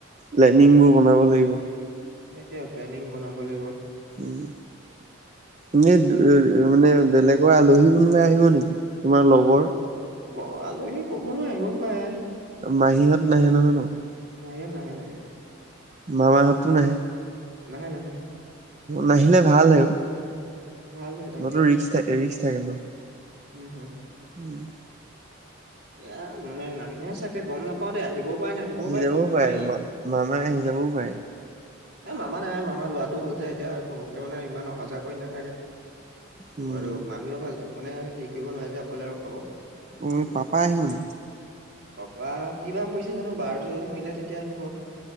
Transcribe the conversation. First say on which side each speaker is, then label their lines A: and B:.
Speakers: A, on the right (about 35°); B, on the right (about 55°).
A: প্লেনিংবোৰ বনাব লাগিব
B: এনেকে প্লেনিং বনাব লাগিব
A: উম এনেই দু ৰ মানে বেলেগৰ আলহী কোনোবা আহিব নেকি তোমাৰ লগৰ
B: গ গ আলহী কব নোৱাৰ আহিব পাৰে
A: মাহীহঁত নাহে নহয় ন
B: মাহীহঁত নাহে নাহে
A: মামাহঁতো নাহে
B: নাহে নাহে
A: নাহিলে ভাল হে অ
B: ভালহে তাকেহে
A: ন তো ৰিক্স থা ৰিক্স থাকে ন
B: উম হুম
A: উম
B: এয়া মানে নাহে চাগে গম নাপাও দেই আহিবও পায় নাহিবও
A: আহি
B: পাৰে
A: যাবও
B: কব নোৱাৰি
A: মা মামা আহি যাবও পাৰে
B: এ মামা নাহে মামা লৰাটো হ'ল যে এতিয়া ঘপককে মানে ইমান অহা যোৱা কৰি নাথাকে
A: উম,
B: আৰু মামিও ভালকে মানে হেৰি কৰিব নোৱাৰে যে অকলে ৰখাব
A: অ পাপা আহিব নে
B: পাপা কি বাৰ পৰিছে জানো বাৰটো যদি মিলে তেতিয়া আহিব